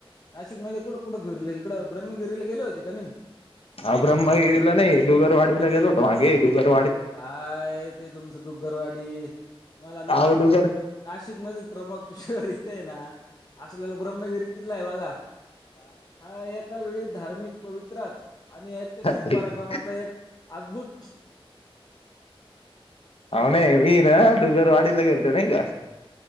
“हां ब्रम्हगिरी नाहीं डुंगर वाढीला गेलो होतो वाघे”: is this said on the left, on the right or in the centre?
Left